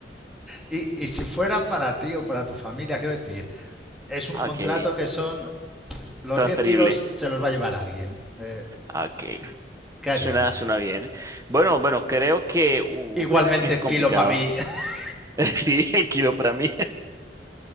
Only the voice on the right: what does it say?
ok,
transferible.
Ok,
suena, suena bien. Bueno, bueno, creo que, uh,
<laughs> que es
complicado.
<laughs> Sí, el kilo para mí.